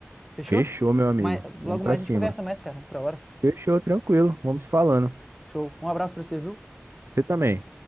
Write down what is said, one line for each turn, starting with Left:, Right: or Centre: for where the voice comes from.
Centre: Fechou?
Right: Fechou, meu amigo.
Centre: Mas, logo
Right: Vamos pra
Centre: mais
Right: cima.
Centre: a gente conversa mais, cara. Outra hora.
Right: Fechou, tranquilo. Vamos se falando.
Centre: Show. Um abraço pra você, viu?
Right: Você também.